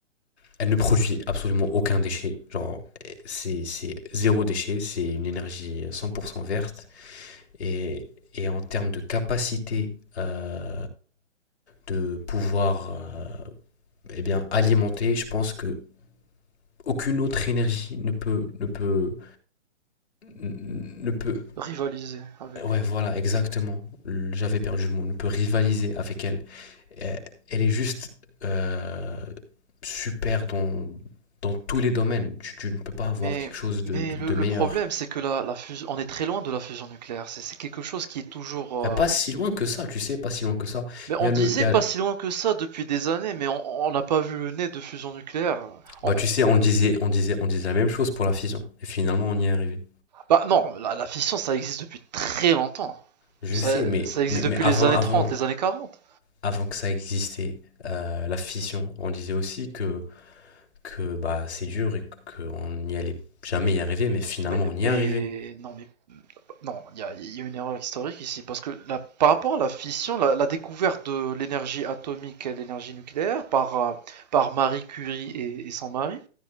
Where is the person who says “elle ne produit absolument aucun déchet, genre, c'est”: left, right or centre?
Left